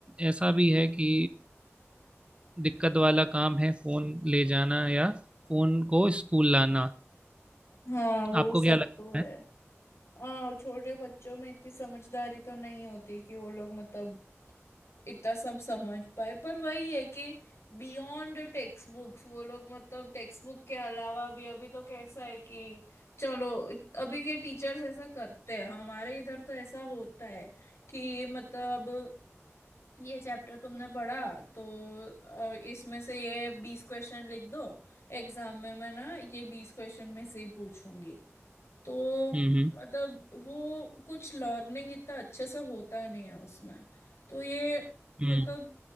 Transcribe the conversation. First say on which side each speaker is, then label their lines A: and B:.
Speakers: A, on the right; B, on the left.
A: ऐसा भी है कि दिक्कत वाला काम है फोन ले जाना या फोन को स्कूल लाना
B: हाँ वो
A: आपको
B: सब
A: क्या लगता
B: तो है
A: है
B: हाँ और छोटे बच्चों में इतनी समझदारी तो नहीं होती कि वो लोग मतलब इतना सब समझ पाए पर वही है कि बियॉन्ड टेक्स्ट बुक्स वो लोग मतलब टेक्स्ट बुक के अलावा भी अभी तो कैसा है कि चलो अभी के टीचर्स ऐसा करते हैं हमारे इधर तो ऐसा होता है कि मतलब ये चैप्टर तुमने पढ़ा तो अ, इसमें से ये बीस क्वेश्चन लिख दो एग्जाम में मैं ना ये बीस क्वेश्चन में से ही पूछूंगी तो
A: हम्म हम्म
B: मतलब वो कुछ लर्निंग इतना अच्छे से होता नहीं है उसमें तो ये मतलब
A: हम्म,